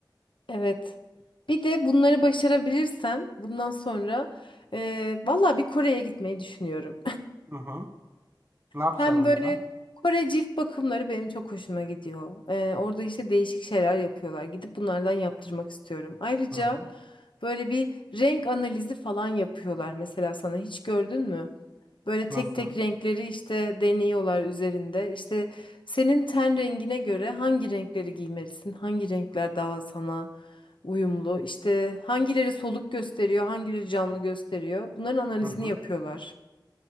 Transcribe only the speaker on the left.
Evet. Bir de bunları başarabilirsem bundan sonra eee valla bir Kore'ye gitmeyi düşünüyorum.
Hem
böyle Kore cilt bakımları benim çok hoşuma gidiyor. Ee, orada işte değişik şeyler yapıyorlar. Gidip bunlardan yaptırmak istiyorum. Ayrıca
böyle bir renk analizi falan yapıyorlar mesela sana hiç gördün mü? Böyle tek
tek renkleri işte deniyorlar üzerinde. İşte senin ten rengine göre hangi renkleri giymelisin? Hangi renkler daha sana uyumlu? İşte hangileri soluk gösteriyor, hangileri canlı gösteriyor? Bunların analizini
yapıyorlar.